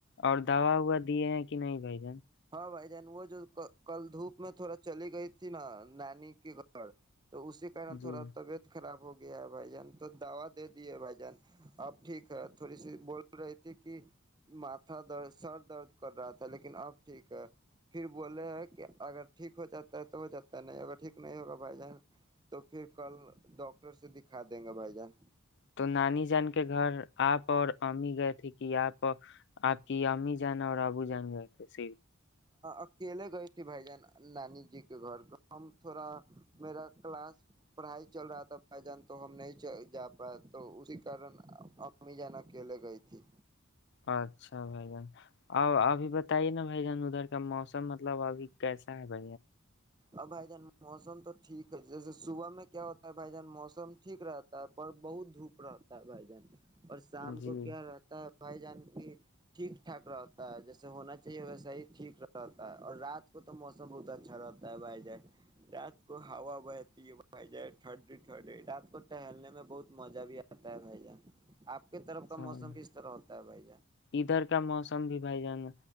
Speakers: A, on the left; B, on the right.
A: اور دوا وا دی ہیں کہ نہیں بائی جان
B: ہ بھائی جان وہ جو کل دھوپ میں تھوڑا چلی گئی تھی نا نانی کے گھر تو اسیارن تھوڑا
A: جی
B: طبیعت خراب ہوگا گیا بھائی جان تو دوا دے دیے بھائی جان اب ٹھیک ہے تھوڑی سی بول رہی تھی کہ ماتھا درد سر درد کر رہا تھا لیکن اب ٹھیک ہے پھر بولے کہ اگر ٹھیک ہو جاتا ہے تو ہو جاتا ہے نہیں ہو ٹھیک نہیں ہوگا بھائی جان تو پھر کل ڈاکٹر سے دکھا دیں گے بھائی جان
A: تو نانی جان کے گھر آپ اور ہمام ہی گئے تھے کہ آپ آپ کی امی جانا اور ابو جان گے کیس
B: اکیلے گئے تھی بھائی جان نانی جی کے گھر تو ہم تھوڑا میرا کلاس پڑھائی چل رہا تھا بھائی جان تو ہم نہیں جا پاائے تو اسی کارن امی جان اکیلے گئی تھی
A: اچھا بھائی ا ابھی بتائیے نا بھ جان ادھر کا موسم مطلب ابھی کیسا ہے بھ
B: ا بھائی جان موسم تو ٹھیک ہے جیسے صبح میں کیا ہوتا ہے بھائی جان موسم ٹھیک رہتا ہے پر بہت دھوپ رہتا ہے بھائی جان اور شام
A: جی
B: کو کیا رہتا بھائی جان کی ٹھیک ٹھاک رہتا ہے جیسے ہونا چاہیے ویسا ہی ٹھیک رہتا ہے اور رات کو تو موسم بہت اچھا رہتا بھائی جان رات کو ہوا بہتی ہے بھائی ج ٹھڈی ٹڈی رات کو ٹہلنے میں بہت مزہ بھی آتا ہے بھائی جان آپ کی طرف کا
A: ہاں
B: موسم کس طرح ہوتا ہے بھائی ج
A: ادھر کا موسم بھی بھائی جان